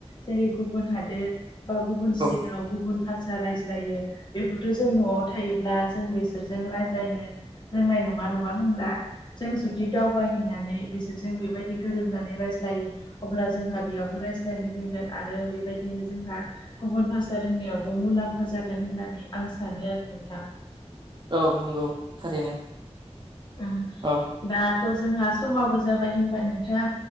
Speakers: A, on the left; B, on the right.
A: जेरै गुबुन हादोर बा गुबुन स्टेटाव
B: औ
A: गुबुन भासा रायज्लायो बेखौथ' जों न'आव थायोब्ला जों बेसोरजों रायज्लायनो रोंनाय नङा नङा होमब्ला? जों जुदि दावबायहैनानै बिसोरजों बेबायदि गोरोबनानै रायज्लायो। अब्ला जोंहा बेयावबो रायज्लायनो रोंगोन आरो बेबायदिनो जोंहा गुबुन भाषा रोंनायावबो मुलाम्फा जागोन होननानै आं सानो आरो नोंथां।
B: औ नंगौ थारैनो।
A: उम
B: औ
A: दा थ' जोंहा समाबो जाबाय होनबा नोंथां